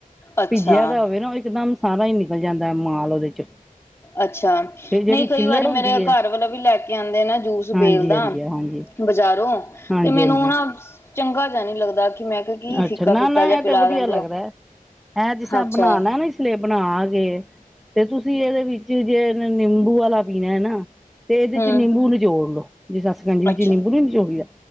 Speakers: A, on the left; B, in the centre.
A: ਅੱਛਾ
B: ਭੀਜਿਆ ਤਾਂ ਹੋਵੇ ਨਾ ਉਹ ਇੱਕਦਮ ਸਾਰਾ ਹੀ ਨਿਕਲ ਜਾਂਦਾ ਹੈ ਮਾਲ ਉਹਦੇ ਚ।
A: ਅੱਛਾ
B: ਤੇ ਜਿਹੜੀ
A: ਨਹੀਂ ਕਈ
B: ਛਿੱਲੜ
A: ਵਾਰੀ ਮੇਰੇ
B: ਹੁੰਦੀ ਹੈ
A: ਘਰ ਵਾਲਾ ਵੀ ਲੈ ਕੇ ਆਉਂਦੇ ਨਾ ਜੂਸ
B: ਹਾਂਜੀ
A: ਬੇਲ ਦਾ।
B: ਹਾਂਜੀ ਹਾਂਜੀ
A: ਬਜ਼ਾਰੋਂ
B: ਹਾਂਜੀ
A: ਤੇ ਮੈਨੂੰ
B: ਹਾਂਜੀ
A: ਨਾ ਚੰਗਾ ਜਿਹਾ ਨਹੀਂ ਲੱਗਦਾ। ਕਿ ਮੈਂ ਕਿਹਾ ਕੀ
B: ਅੱਛਾ
A: ਫਿੱਕਾ
B: ਨਾ
A: ਫਿੱਕਾ
B: ਨਾ
A: ਜਿਹਾ
B: ਇਹ
A: ਪਿਲਾ
B: ਤੇ ਵਧੀਆ
A: ਦਿੰਦੇ
B: ਲੱਗਦਾ
A: ਹੋ
B: ਹੈ। ਹੈਂ ਜਿਸ ਤਰ
A: ਅੱਛਾ
B: ਬਣਾਣਾ ਨਾ ਇਸ ਲਈ ਬਣਾ ਕੇ ਤੇ ਤੁਸੀਂ ਇਹਦੇ ਵਿੱਚ ਜੇ ਨਿੰਬੂ ਵਾਲਾ ਪੀਣਾ ਨਾ ਤੇ ਇਹਦੇ
A: ਹੂੰ
B: ਚ ਨਿੰਬੂ ਨੂੰ ਨਚੋੜ ਲੋੋ। ਜੇ <unintelligible> ਜੀ ਵਿੱਚ
A: ਅੱਛਾ
B: ਨਿੰਬੂ ਨੀ ਨਿਚੋੜੀ ਦਾ